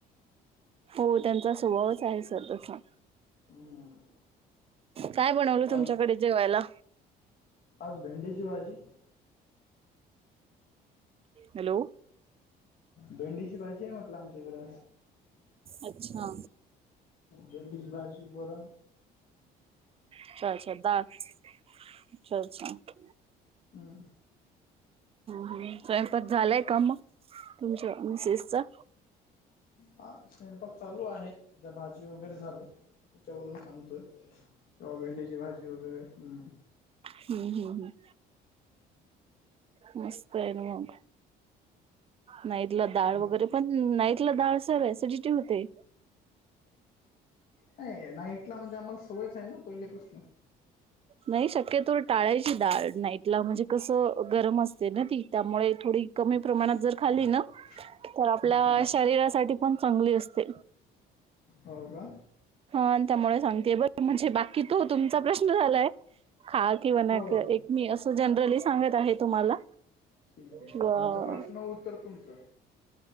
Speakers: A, on the right; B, on the left.
A: हो त्यांचा स्वभावच आहे सर तसा
B: हम्म.
A: काय बनवल
B: आम-
A: तुमच्याकडे जेवायला
B: आज भेंडीची भाजी
A: हॅलो
B: भेंडीची भाजी आहे म्हटलं आमच्याकडें
A: अच्छा
B: बंडिज बाँजी बरून
A: अच्छा अच्छा दास अच्छा अच्छा
B: हम
A: ह स्वयंपाात झालंय का मग तुमच्या मिसेसचा
B: ह स्वयंपाक चालू आहे त्या भाजी वगैरे झाले त्याच्यावरून सांगतोय क्हा भेंडीची भाजी वगैरे हम्म
A: हम् हम् हम् मस्त आहे ना मग नाहीतला डाळ
B: तुम
A: वगैरे. पण नाईटला ाळसर सिडिटी होते.
B: नाही नाईटला म्हणजे आम्हाला सोवयच आहे ना पहिले प्रश्न.
A: नाही शक्यतो टाळायची डाळ नाईटला म्हणजे कसं गरम असते ना ती त्यामुळे थोडी कमी प्रमाणात जर खाली ना.
B: <inaudible>
A: तर आपल्या
B: अच्छा
A: शरीरासाठी पण चांगली असते.
B: हो का.
A: हा आणि त्यामुळे सांगतेय बरं म्हणजे बाकी तो तुमचा प्रश्न झालाय खास. किंवा नाही
B: हो हो
A: एक मी असं जनरली सांगत आहे तुम्हाला.
B: ठीक आहे
A: किंवा
B: आमचा प्रश्न उत्तर तुमचं.